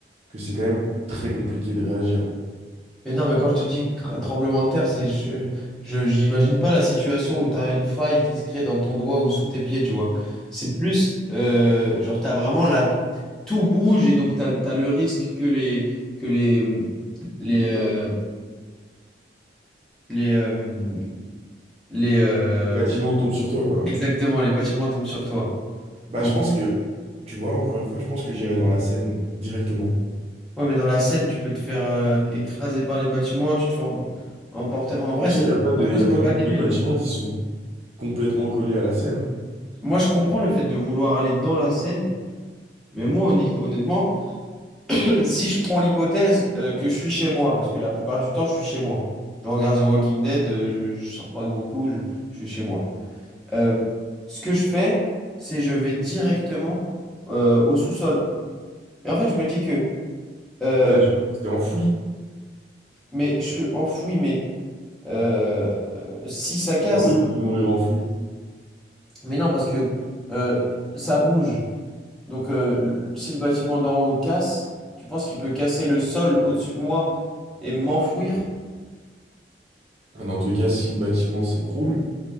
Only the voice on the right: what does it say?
que c'est quand même très compliqué de réagir.
Le bâtiment tombe sur toi, quoi.
Bah,
je pense que, tu vois, encore une fois, je pense que j'irai dans la Seine directement.
Pour
ça, il n'y a pas de,
il y a
pas de
beaucoup
de bâtiments
qui sont complètement collés à la Seine. hein.
Mais là, tu t'es enfoui.
C'est horrible de mourir enfoui.
Enfin, Dans tous les cas, si le bâtiment s'écroule,